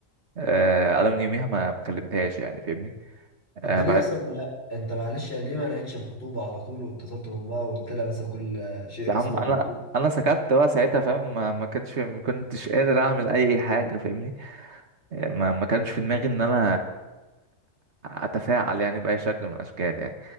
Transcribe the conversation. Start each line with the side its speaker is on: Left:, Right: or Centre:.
Right: آه، أنا من يوميها ما ما كلمتهاش يعني فاهمني آه،
Left: انت ليه
Right: بعد
Left: اصلا ولا انت معلش يعني ليه ما نهيتش الخطوبه على طول واتصلت بامها وقلت لها مثلا كل شيء
Right: يا عم
Left: اسمه
Right: أنا
Left: ونصيب
Right: أنا سكت بقى ساعتها فاهم ما ما كانش ما كنتش قادر أعمل أي حاجة فاهمني ما ما كانش في دماغي ان انا اتفاعل يعني باي شكل من الاشكال يعني